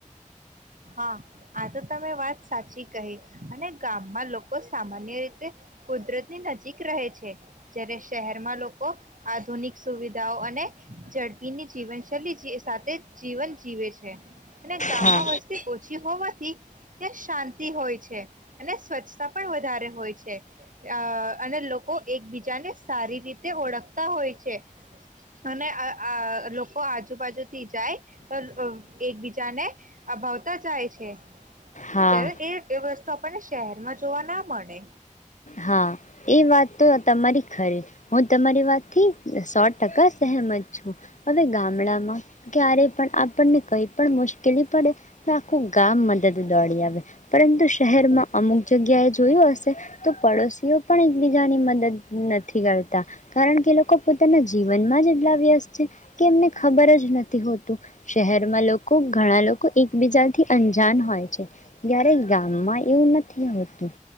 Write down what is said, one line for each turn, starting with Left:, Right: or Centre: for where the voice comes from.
Right: આ આ તો તમે વાત સાચી કહી અને ગામમાં લોકો સામાન્ય રીતે કુદરતની નજીક રહે છે, જ્યારે શહેરમાં લોકો આધુનિક સુવિધાઓ અને ઝડપીની જીવનશૈલી સાથે જીવન જીવે છે. અને ગામમાં
Left: હા
Right: વસ્ તી હોવાથી ત્યાં શાંતિ હોય છે, અને સ્વચ્છતા પણ વધારે હોય છે અને લોકો એકબીજાને સારી રીતે ઓળખતા હોય છે અને આ આ લોકો આજુબાજુથી જાય તો એકબીજાને આ ભાવતા જાય છે.
Left: હા
Right: ચારે એ એ વસ તો આપણને શહેરમાં જોવા ના મળે.
Left: હા એ વાત તો તમારી ખરી હું તમારી વાત થી સો ટકા સહમત છું. હવે ગામડામાં ક્યારે પણ આપણને કઈ પણ મુશ્કેલી પડે. તો આખું ગામ મદદ દોડી આવે. પરંતુ શહેરમાં અમુક જગ્યાએ જોયું હશે. જે તો પડોશીઓ પણ એકબીજાની મદદ નથી કરતા કારણ કે લોકો પોતાના જીવન. જીવનમાં એટલા વ્યસ્ત છે, કે એમને ખબર જ નથી હોતું. શહેરમાં લોકો ઘણા લોકો એકબીજાથી અંજાન હોય છે. જ્યારે ગામમાં એવું નથી હોતું